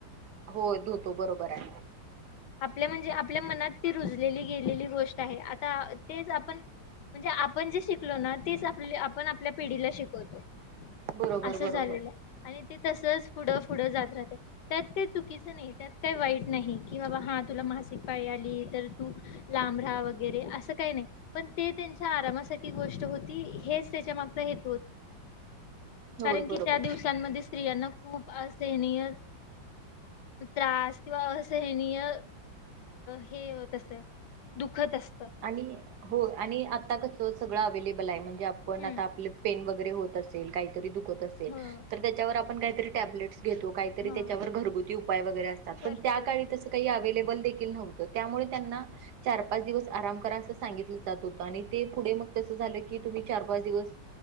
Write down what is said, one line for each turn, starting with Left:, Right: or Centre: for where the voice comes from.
Right: होय धुतो बरोबर आहे
Left: आपल्या म्हणजे आपल्या मनात ती रुजलेली गेलेली गोष्ट आहे आता तेच आपण म्हणजे आपण जे शिकलो ना तेच आप आपण आपल्या पिढीला शिकवतो
Right: बरोबर
Left: असं
Right: बरोबर
Left: झालेलं आणि ते तसच पुढं पुढं जात राहते. त्यात काही चुकीचं नाही त्यात काही वाईट नाही कि बाबा हा तुला मासिक पाळी आली तर तु लांब राहा वगैरे असं काही नाही पण ते त्यांच्या आरामासाठी गोष्ट होती हेच त्याच्या मागचा हेतू होता
Right: होय
Left: कारण
Right: बरोबर
Left: की त्या दिवसांमध्ये स्त्रियांना खूप असहनीय त्रास किंवा असहनीय हे तसं दुखतं असतं.
Right: आणि हो आणि आता कसं सगळं अवे्लेबल आहे म्हणजे आपण
Left: हम्म
Right: आता आपलं पेन वगैरे होत असतं. काहीतरी दुखत असेल.
Left: ह
Right: तर त्याच्यावर आपण काहीतरी टॅबलेटस घेतो काहीतरी
Left: हा
Right: त्याच्यावर घरगुती उपाय वगैरे असतात
Left: करतो
Right: पण त्या काळी तसं काही अवेलेबल देखील नव्हतं त्यामुळे त्यांना चार-पाच दिवस आराम करा असं सांगितलं जात होत आणि ते पुढे मग तसं झालं की तुम्ही चार पाच दिवस